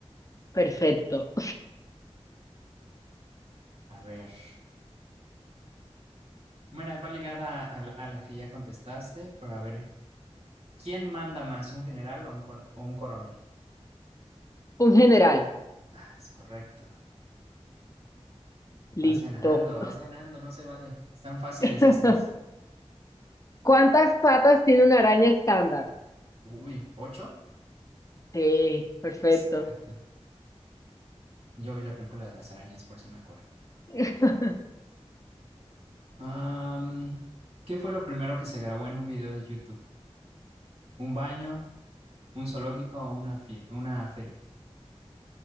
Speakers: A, on the left (about 30°); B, on the right (about 60°).
A: Perfecto.
B: A ver. Bueno, va ligada a la, a la que ya contestaste, pero a ver, ¿quién manda más, un general o un, cor- o un coronel?
A: Un general.
B: Ah, es correcto.
A: Listo.
B: Vas ganando, vas ganando, no se vale. Están fáciles
A: <laughs>
B: estas.
A: ¿Cuántas patas tiene una araña estándar?
B: Uy, ¿ocho?
A: Sí, perfecto.
B: Exacto. Yo vi la película de las arañas, por eso me acuerdo.
A: <laughs>
B: Am, ¿qué fue lo primero que se grabó en un video de YouTube? ¿Un baño, un zoológico o una, fie- una feria?